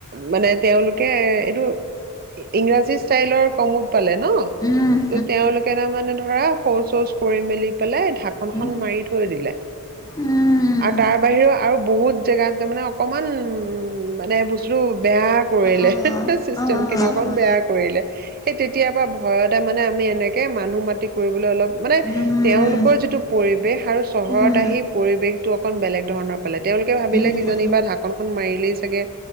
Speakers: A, on the right; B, on the left.
A: মানে তেওঁলোকে এইটো। ইংৰাজী ষ্টাইলৰ। <unintelligible> পালে ন,
B: উম,
A: ত' তেওঁলোকে তাৰমানানে ধৰা। শৌচ শৌচ কৰি মেলি পেলাই ধাকনখন
B: উম, উম,
A: মাৰি থৈ দিলেম
B: উম,
A: আৰু তাৰ বাহিৰেও আৰু। বহুত জেগাত তাৰ মানে অকনমান উ উম্। উ মানে <unintelligible> বেয়া কৰিলে
B: আহ,
A: <unintelligible>
B: আহ,
A: চিষ্টেম
B: আহ,
A: খিনি অকণ বেয়া কৰিলে, সেই তেতিয়াৰ পায়ে ভয়তে মানে আমি এনে। এ মানুহ মাতি কৰিবলে অলপ। মানে
B: উম, উম,
A: তেওঁলোকৰ যিটো পৰিৱেশ আৰু চহৰত
B: উম,
A: আহি পৰিৱেশটো অকন বেলেগ। ধৰণৰ। পালে তেওঁলোকে ভাবিলে,
B: উম,
A: কিজানি বা ঢাকনখন মাৰিলেই। চাগে